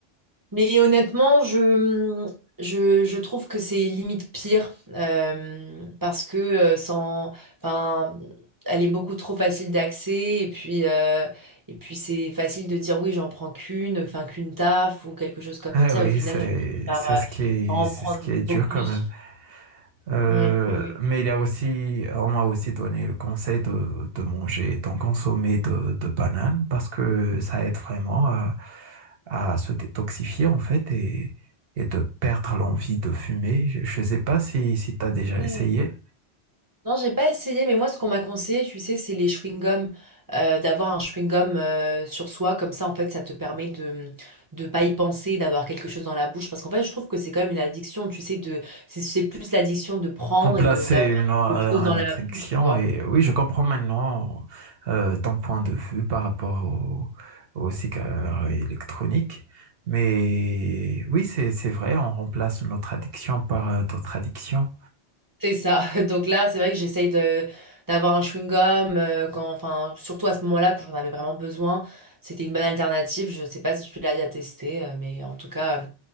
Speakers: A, on the right; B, on the right.
A: mais honnêtement, je, je, je trouve que c'est limite pire euh, parce que euh, sans, enfin, elle est beaucoup trop facile d'accès et puis, euh, et puis c'est facile de dire oui, j'en prends qu'une, enfin qu'une taf ou quelque chose
B: <laughs>
A: comme
B: Ah
A: ça.
B: oui,
A: Et au final,
B: c'est
A: tu finis par,
B: c'est
A: euh,
B: ce qui est,
A: par en
B: c'est
A: prendre
B: ce qui est dur
A: beaucoup
B: quand
A: plus.
B: même. Euh,
A: Oui, oui,
B: mais il y a aussi, on m'a aussi donné le conseil de, de manger, d'en consommer de, de bananes parce que ça aide vraiment à, à se détoxifier en fait et, et de perdre l'envie de fumer. Je ne sais pas si, si tu as déjà
A: oui.
B: essayé.
A: Non, j'ai pas essayé, mais moi, ce qu'on m'a conseillé, tu sais, c'est les chewing-gums, euh, d'avoir un chewing-gum euh, sur soi, comme ça, en fait, ça te permet de de pas y penser, d'avoir quelque chose dans la bouche, parce qu'en fait, je trouve que c'est quand même une addiction, tu sais, de c'est c'est plus l'addiction de prendre
B: Remplacer
A: et de d'avoir
B: une,
A: quelque
B: euh,
A: chose
B: une
A: dans
B: attraction
A: la bouche, tu vois.
B: et oui, je comprends maintenant euh, ton point de vue par rapport au, aux cigares électroniques. Mais oui, c'est, c'est vrai, on remplace notre addiction par euh, d'autres addictions.
A: C'est ça. <laughs> Donc là, c'est vrai que j'essaye de d'avoir un chewing-gum euh, quand, enfin, surtout à ce moment-là, quand j'en avais vraiment besoin, c'était une bonne alternative. Je sais pas si tu l'as déjà testé, euh, mais en tout cas.